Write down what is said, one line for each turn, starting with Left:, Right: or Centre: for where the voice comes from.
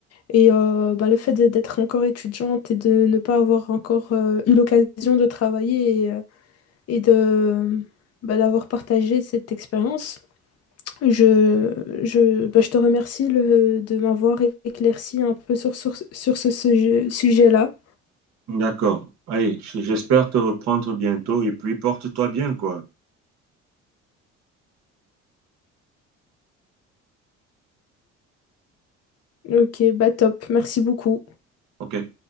Left: Et euh, bah, le fait de- d'être encore étudiante et de ne pas avoir encore euh, eu l'occasion de travailler et, euh, et de bah, d'avoir partagé cette expérience, je, je, bah, je te remercie le- de m'avoir éclairci un peu sur, sur, sur ce sujet, sujet-là.
Right: D'accord. Allez, j- j'espère te reprendre bientôt et puis porte-toi bien, quoi.
Left: Ok, bah top, merci beaucoup.
Right: OK.